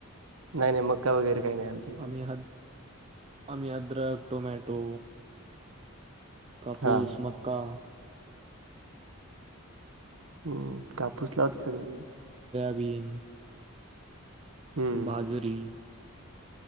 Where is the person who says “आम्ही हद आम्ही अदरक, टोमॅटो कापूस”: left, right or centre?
Right